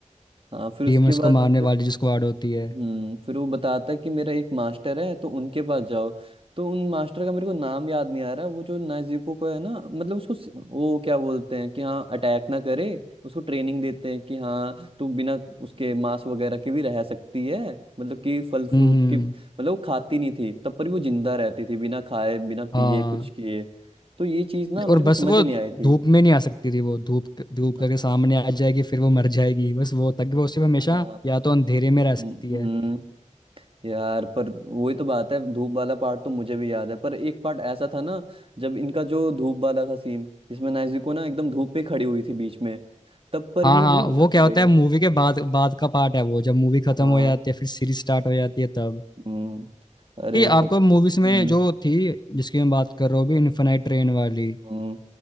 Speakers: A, on the right; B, on the left.
A: हाँ फिर उसके
B: डीमंस
A: बाद
B: को मारने वाली जिसको आड़ होती है
A: हम्म, फिर वो बताता है कि मेरा एक मास्टर है तो उनके पास जाओ तो उन मास्टर का मेरे को नाम याद नहीं आ रहा वो जो नाजीको को है ना मतलब उसको स- वो क्या बोलते हैं कि हाँ अटैक ना करे उसको ट्रेनिंग देते हैं कि हाँ तू बिना उसके मांस वगैरह के भी रह सकती है मतलब कि फल फ्रूट
B: हम्म हम्म,
A: की मतलब वो खाती नहीं थी तब पर भी वो जिंदा रहती थी बिना खाए बिना
B: हाँ
A: पिए कुछ किए तो ये चीज ना मेरे
B: और
A: को
B: बस
A: समझ
B: वो
A: नहीं आई थी
B: धूप में नहीं आ सकती थी वो धूप धूप
A: हाँ
B: करके सामने आ जाएगी फिर वो मर जाएगी बस वो
A: हाँ,
B: तक वो सिर्फ हमेशा
A: हाँ।
B: या तो अंधेरे में रह सकती
A: हम्म
B: है
A: यार पर वही तो बात है धूप वाला पार्ट तो मुझे भी याद है पर एक पार्ट ऐसा था ना जब इनका जो धूप वाला था सीन जिसमें नाइजी ना एकदम धूप पे खड़ी हुई थी बीच में तब पर
B: हाँ
A: भी
B: हाँ
A: वो बच
B: वो क्या होता
A: गई
B: है मूवी के बाद बाद का पार्ट है वो जब मूवी खत्म
A: हाँ
B: हो जाती है फिर सीरीज स्टार्ट हो जाती है तब
A: हम्म अरे
B: ये
A: सब
B: आपको मूवीज
A: हम्म
B: में जो थी जिसकी मैं बात कर रहा हूँ अभी इन्फेनाइट ट्रेन वाली
A: हम्म,